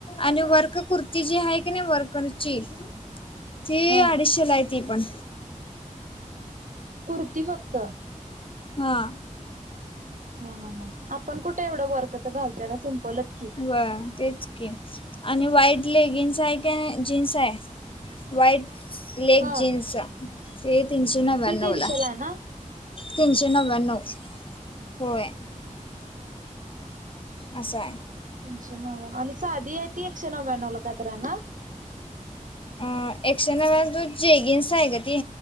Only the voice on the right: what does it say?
हा
कुर्ती फक्त?
हा.. हा.. हा. आपण कुठे एवढं वर्कचं घालतोय आता, सिम्पलच की?
हा
ती तीनशेला आहे ना
तीनशे नव्याण्णव आणि साधीय ती एकशे नव्याण्णव ला काय तर हाय ना?